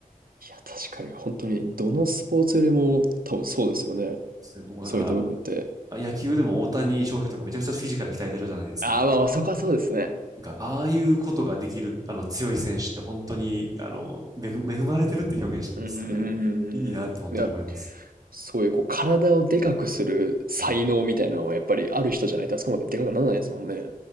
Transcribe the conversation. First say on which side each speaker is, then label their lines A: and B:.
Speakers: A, on the right (about 80°); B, on the right (about 25°).
A: いや、確かに本当にどのスポーツよりも多分そうですよね。
B: そうですねもうだから、
A: そういった部分って。
B: あ野球でも大谷翔平とかめちゃくちゃフィジカル鍛えてるじゃないですか。
A: ああ、まあまあ、そこはそうですね。
B: なんか、ああいうことができる、あの、強い選手って本当に、あの、恵、恵まれてるって表現したんですかね。
A: うんうんうんうんうん。
B: いいなって本当に思います。
A: いや、そういうこう体をでかくする才能みたいなのはやっぱりある人じゃないとあそこまででかくならないですもんね。
B: うん。っ